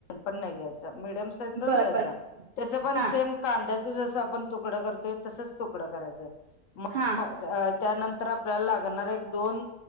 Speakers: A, on the left; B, on the right.
A: पण नाय घ्यायचा मिडयम साईजचाच
B: बर
A: घ्यायचा
B: बर
A: त्याच पण
B: हा
A: सेम कांद्याच जस आपण तुकड करतोय तसच तुकडं करायच मग
B: हा
A: त्यानंतर आपल्याला लागणार एक दोन